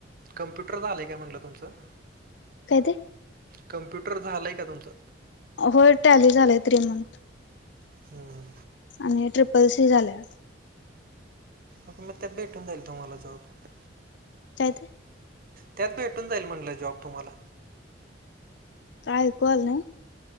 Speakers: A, on the right; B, on the left.
A: कम्प्युटर झालंय काय म्हटलं तुमचं?
B: काय तेे.
A: कम्प्युटर झालंय का तुमचं?
B: होय टॅली झालेय थ्री मंथ
A: हम्म.
B: आणि ट्रिपल सी झाल्या.
A: े मग ते भेटून जाईल तुम्हाला जॉब
B: काय ते.
A: त्यात भेटून जाईल म्हंटलं जॉब तुम्हाला
B: काय ऐकवाल नाही.